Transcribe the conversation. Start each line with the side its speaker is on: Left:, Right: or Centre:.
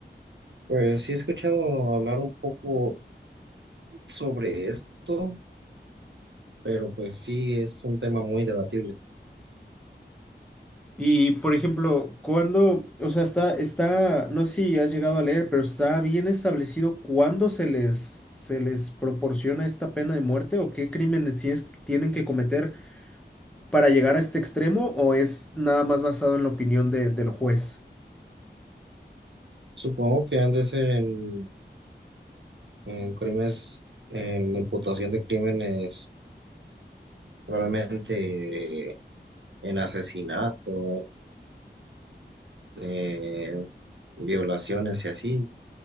Right: Pues sí he escuchado hablar un poco sobre esto, pero pues sí es un tema muy debatible.
Centre: Y por ejemplo, cuando, o sea, está, está, no sé si has llegado a leer, pero está bien establecido cuándo se les, se les proporciona esta pena de muerte o qué crímenes sí es- tienen que cometer para llegar a este extremo o es nada más basado en la opinión de- del juez.
Right: Supongo que han de ser en, en crímenes, en la imputación de crímenes, probablemente en asesinato eh, violaciones y así.